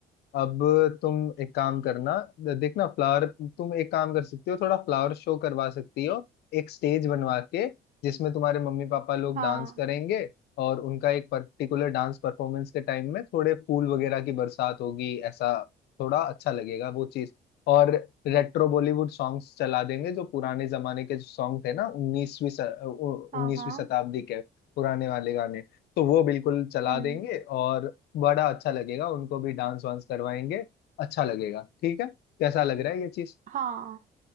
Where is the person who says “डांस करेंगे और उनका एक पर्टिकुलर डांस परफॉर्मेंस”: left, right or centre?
Left